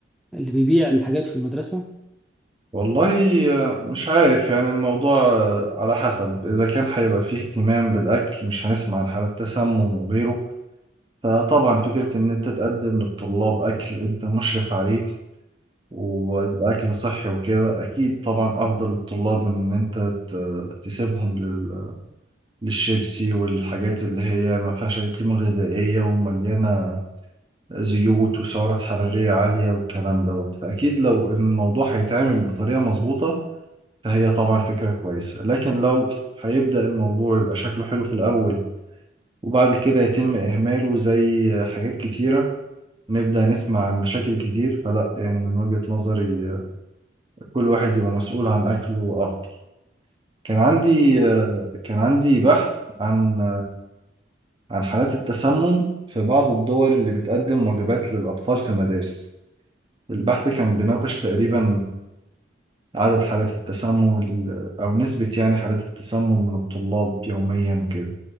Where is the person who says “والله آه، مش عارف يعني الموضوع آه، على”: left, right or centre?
Right